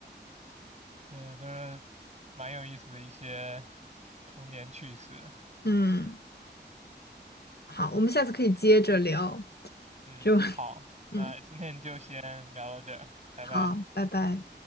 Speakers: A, on the right; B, on the left.
A: 对，都是蛮有意思的一些童年趣事。
B: 嗯，好，我们下次可以接着聊，
A: 嗯，
B: 就 <laughs>
A: 好，那今天就先聊到这儿，
B: 嗯，
A: 拜拜。
B: 好，拜拜。